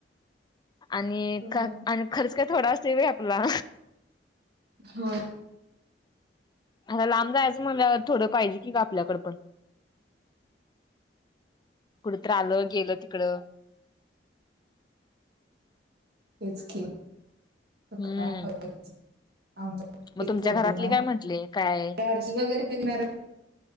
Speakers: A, on the left (about 25°); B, on the right (about 65°).
A: आणि
B: हम्म.
A: ख आणि खर्च का थोडासाेव आपला
B: होय
A: आता लांब जायचं मला थोडं पाहिजे की का आपल्याकड पण कुठत्र आलं गेलं तिकडं.
B: हेच क
A: हम्म
B: काय बघ आमचा
A: मग तुमच्या
B: प्रॉब्लेम
A: घरातली
B: आहे
A: काय म्हंटले काय
B: आरशीी वगैरे पेघणार